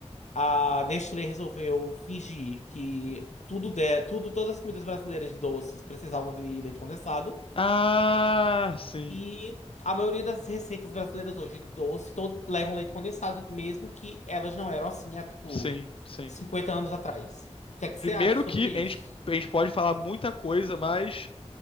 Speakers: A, on the left; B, on the left.
A: a Nestlé resolveu fingir que tudo de, tudo todas as comidas brasileiras de doces precisavam de leite condensado.
B: Ah, sim,
A: E a maioria das receitas brasileiras hoje de doce, todos levam leite condensado, mesmo que elas não eram assim há, tipo,
B: sim, sim.
A: 50 anos atrás. O que é que você
B: Primeiro
A: acha sobre
B: que
A: isso?
B: a gente, a gente pode falar muita coisa, mas